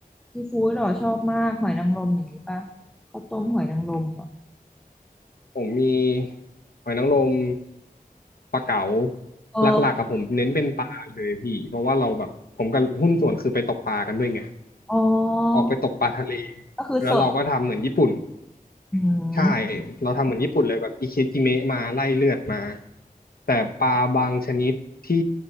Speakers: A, in the centre; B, on the left.
A: ซีฟู้ดเหรอชอบมากหอยนางรมอย่างนี้ป่ะข้าวต้มหอยนางรมอ่ะ
B: ผมมีหอยนางรมปลาเก๋า
A: เออ
B: หลักๆกับผมเน้นเป็นปลาเลยพี่เพราะว่าเราแบบผมกับหุ้นส่วนคือไปตกปลากันด้วยไง
A: อ๋อ
B: ออกไปตกปลาทะเล
A: ก็คือสด
B: แล้วเราก็ทำเหมือนญี่ปุ่น
A: อืม
B: ใช่เราทำเหมือนญี่ปุ่นเลยแบบอิเคจิเมะมาไล่เลือดมาแต่ปลาบางชนิดที่